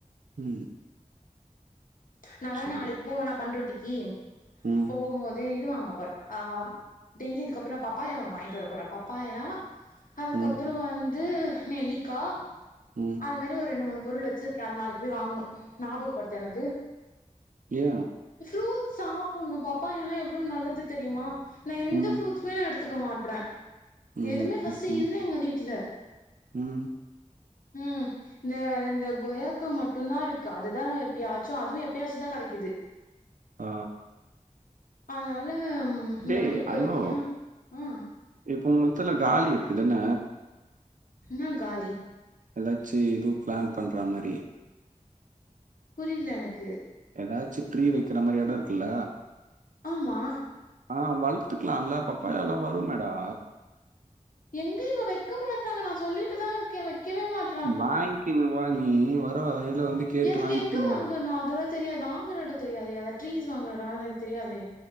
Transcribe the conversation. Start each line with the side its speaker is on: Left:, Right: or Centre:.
Right: ம்
Left: நா வேற
Right: சரி.
Left: நாளைக்குப் போவனா பண்றொட்டிக்கி
Right: ம்
Left: போம்மோதே இது வாங்கப் போற ஆம் டெய்லி இதுக்கப்றோ நா பப்பாயா ஒன்னு வாய்ன்ட்டு வரப் போறே பப்பாயா அதுக்கப்றோ
Right: ம்.
Left: வந்து நெல்லிக்கா
Right: ம்
Left: அது மாரி ஒரு ரெண்டு மூனு பொருள் வச்சிருக்க அது நாளிக்கு போய் வாங்கணு நாபகப்படுத்து எனக்கு
Right: ஏ
Left: ஃப்ரூட்ஸ் சாப்புன்னு பப்பாயாலா எவ்ளோ நல்லது தெரியுமா நா எந்த
Right: ம்.
Left: ஃப்ரூட்ஸ் துமே நா எடுத்துக்க மாட்ற
Right: ம்.
Left: எதுமே பர்ஸ்ட்டு
Right: ம். ம்.
Left: இல்ல எங்க வீட்ல
Right: ம்.
Left: ம் இந்த இந்த கொயாக்கா மட்டுந்தா இருக்கு அதுதா எப்பியாச்சு அதுவு எப் பியாச்சுதா கடைக்குது
Right: ஆ
Left: அதனாலம் இந்தம்
Right: டேய்
Left: இப்போதைக்கு
Right: ஹலோ!
Left: அ அ
Right: இப்ப முத்துல காலி இருக்குதுன்ன
Left: என்ன காலி
Right: எலாச்சு எதும் பிளான் பண்ற மாரி
Left: புரில எனக்கு
Right: எதாச்சு ட்ரீ வக்கிற மாரி எட இருக்குல
Left: ஆமா
Right: ஆ வள்த்துக்லா இல்ல பப்பாயாலா வருமேடா
Left: எங்க இவ வக்க மாட்றாங்க நா சொல்லிட்டுதா இருக்கே வக்கவே மாட்
Right: வாங்கினு வா நீ வர்ற வழியில வந்து கேட்டு
Left: எனக்கு
Right: வாங்கிக்கின்னு
Left: எங்க வாங்கனு
Right: வா
Left: அதெல்லா தெரியாது வாங்குற எடோ தெரியாதே அந்த ட்ரீஸ் வாங்குற எடோ அது எனக்கு தெரியாதே